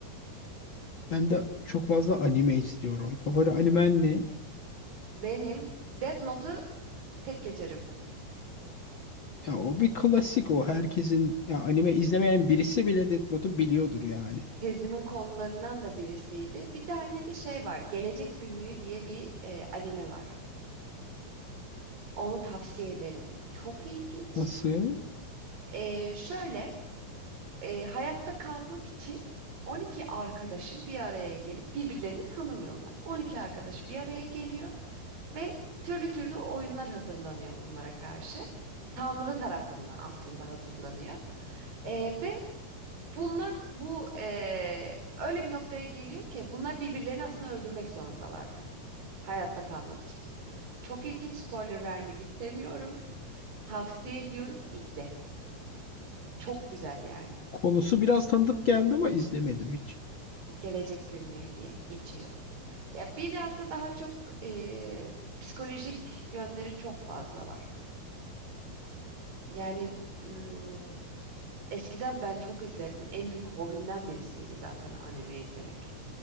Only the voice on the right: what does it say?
Benim Death Note'u tek geçerim.
Tezimin konularından da birisiydi. Bir tane de şey var. Gelecek Günlüğü diye bir e, anime var. Onu tavsiye ederim. Çok ilginç.
Ee, şöyle, e, hayatta kalmak için 12 arkadaşın bir araya gelip birbirlerini tanımıyorlar. 12 arkadaş bir araya geliyor ve türlü türlü oyunlar hazırlanıyor bunlara karşı. Tanrı tarafından aslında hazırlanıyor. Ee, ve bunlar bu e, öyle bir noktaya geliyor ki bunlar birbirlerini aslında öldürmek zorundalar da hayatta kalmak için. Çok ilginç spoiler vermek istemiyorum. Tavsiye ediyorum, izle. Çok güzel yani.
Gelecek günlüğü diye geçiyor. Ya biraz da daha çok eee, psikolojik yönleri çok fazla var. Yani mm, eskiden ben çok izledim. En büyük hobimden birisiydi zaten anime izlemek.